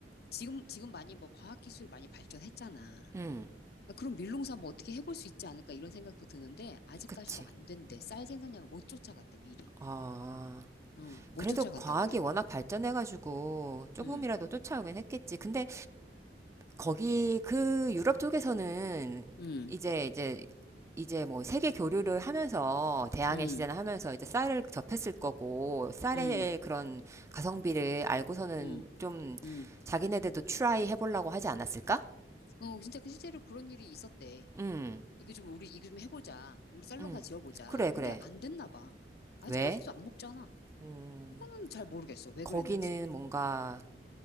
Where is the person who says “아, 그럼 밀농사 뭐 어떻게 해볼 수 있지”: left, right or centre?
Left